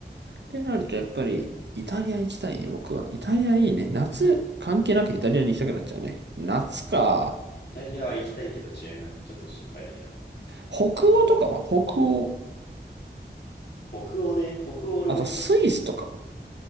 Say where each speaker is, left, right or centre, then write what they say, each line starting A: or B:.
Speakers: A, on the right (about 75°); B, on the left (about 60°).
A: てなるとやっぱりイタリア行きたいね、僕は。イタリアいいね。夏関係なくイタリアに行きたくなっちゃうね。夏か。
B: う。イタリアは行きたいけど治安がちょっと心配だけどね。
A: 北欧とかは北欧。
B: 北欧ね、北欧俺もい、
A: あと、スイスとか。